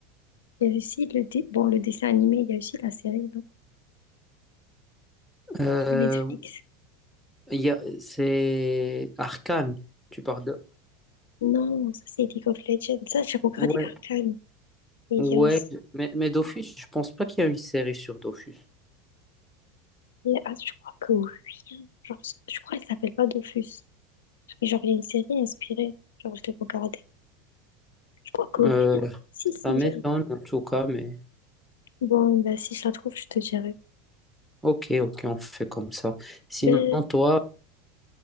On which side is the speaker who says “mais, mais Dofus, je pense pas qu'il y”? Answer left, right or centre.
Centre